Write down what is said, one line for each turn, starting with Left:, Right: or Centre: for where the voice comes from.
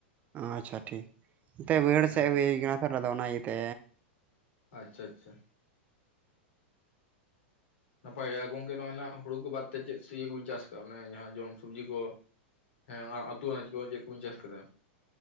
Right: ᱟᱪᱪᱷᱟ ᱴᱷᱤᱠ ᱮᱱᱛᱮ ᱵᱟᱹᱭᱦᱟᱹᱲ
Left: ᱦᱮᱸ
Right: ᱥᱮᱡ
Left: ᱦᱮᱸ᱾
Right: ᱦᱩᱭ ᱟᱠᱟᱱᱟ ᱛᱟᱦᱚᱞᱮ ᱟᱫᱚ ᱚᱱᱟ ᱤᱭᱟᱹᱛᱮ
Left: ᱟᱪᱪᱷᱟ ᱪᱷᱟ ᱱᱟᱯᱟᱭ ᱜᱮᱼᱟ ᱜᱚᱝᱠᱮ ᱱᱚᱜᱼᱚᱭ ᱱᱟᱜ ᱦᱩᱲᱩ ᱵᱟᱫ ᱛᱮ ᱪᱮᱫ ᱤᱭᱟᱹ ᱠᱚ ᱪᱟᱥ ᱟᱠᱟᱫᱼᱟ ᱚᱱᱮ ᱡᱟᱦᱟᱸ ᱡᱚᱢ ᱥᱚᱵᱡᱤ ᱠᱚ ᱦᱮᱸ ᱚᱱᱟ ᱟᱛᱩ ᱟᱱᱟᱡᱽ ᱠᱚ ᱪᱮᱫ ᱠᱚᱵᱤᱱ ᱪᱟᱥ ᱟᱠᱟᱫᱟ